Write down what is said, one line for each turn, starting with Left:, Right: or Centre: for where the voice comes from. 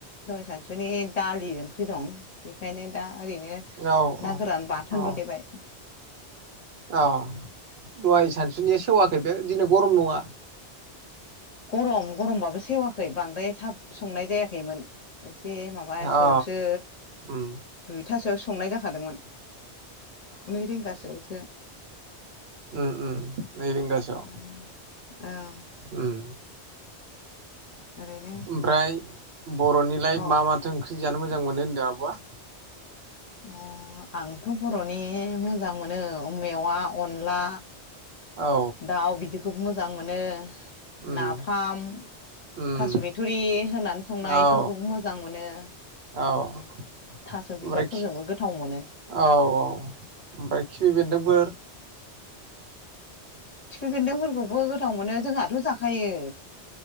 Left: दहाय सानसुनि दालि ओंख्रि दं बेखायनो दा ओरैनो
Right: औ
Left: ना
Right: औ
Left: गोरान बाथोनल'
Right: औ
Left: देबाय
Right: औ दहाय सानसुनिया सेवाखै बे दिनै गरम नङा
Left: गरम गरमबाबो सेवाखै बांद्राय थाब संनाय जायाखैमोन एसे माबासोआवसो
Right: अ उम
Left: दुइथासोआवसो संनाय जाखादोंमोन नै रिंगासोआवसो
Right: उ उ नै रिंगासोआव
Left: ओं औ
Right: उम
Left: ओरैनो
Right: ओमफ्राय बर'निलाय
Left: औ
Right: मा माथो ओं -ख्रि जानो मोजां मोनो होनदों आब'आ
Left: अ आंथ' बर'नि मोजां मोनो मेवा अनला
Right: औ
Left: दाउ बिदिखौबो मोजां मोनो
Right: उम
Left: नाफाम
Right: उम
Left: थास' बिथुरि होनानै संनाय
Right: औ
Left: बेफोरखौबो मोजां मोनो
Right: औ ओमफ्राय
Left: थास' बिबारफोरजोंबो गोथाव मोनो
Right: औ औ ओमफ्राय खिफि बेन्दोंफोर
Left: खिफि बेेन्दोंफोरखौबो गोथाव मोनो जोंहाथ' जाखायो